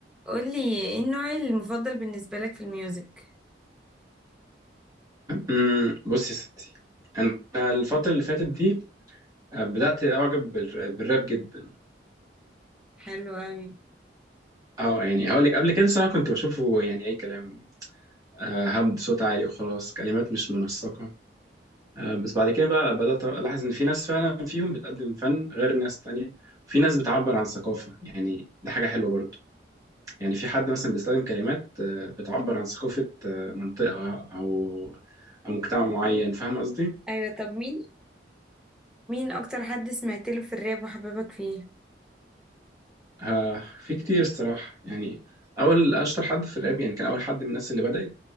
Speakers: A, in the centre; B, on the right.
A: قولي ايه النوع المفضل بالنسبة لك في الميوزك
B: أمم، بصي يا ستي انا الفتره اللي فاتت دي آه، بدات اعجب بالر- بالراب جدا
A: حلو اوي
B: اه يعني هقول لك قبل كده صراحه كنت بشوفه يعني اي كلام آه، هبد صوت عالي وخلاص كلمات مش منسقه آه، بس بعد كده بقى بدات الاحظ ان في ناس فعلا فيهم بتقدم فن غير ناس تانية في ناس بتعبر عن ثقافه يعني ده حاجه حلوه برضو يعني في حد مثلا بيستخدم كلمات آه، بتعبر عن ثقافه آه، منطقه او او مجتمع معين فاهم قصدي
A: ايوه طب مين مين اكتر حد سمعت له في الراب وحببك فيه
B: آه في كتير الصراحة يعني أول أشطر حد في الراب يعني كان أول حد من الناس اللي بدأت